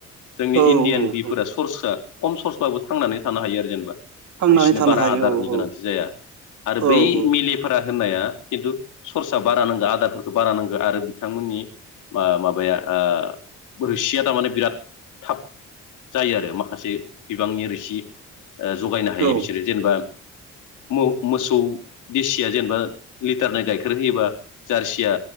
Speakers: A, on the left; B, on the right.
A: जोंनि
B: औ
A: इण्डियान
B: औ
A: बिफोरा
B: औ
A: सरसा खम सर्सबाबो थांनानै थानो हायो आरो जेनेबा बिसनो
B: थांनानै थानो
A: बारा
B: हायो
A: आदारनि
B: औ
A: गोनांथि जाया आरो
B: औ
A: बै
B: औ
A: मिलेफोरा होननाया खिन्थु सर्सा बारा नांगौ आदारफोरखौ बारा नांगौ आरो बिथांमोननि माबाया ओ रोसिया थारमाने बिराद थाब जायो आरो माखासे बिबांनि रोसि ओ जगायनो हायो
B: औ
A: बिसोरो जेनेबा मोव मोसौ देसिया जेनेबा लिटार नै गाइखेर होयोबा जारसिया